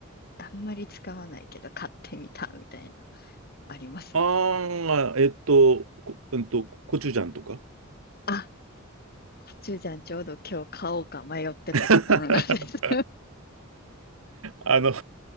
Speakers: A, on the left (about 50°); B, on the right (about 75°).
A: あんまり使わないけど買ってみたみたいな、あります
B: ああ、えっと、こ、うんと、コチュジャンとか。
A: あ、コチュジャンちょうど今日買おうか迷ってたところなんです。
B: <laughs> あの、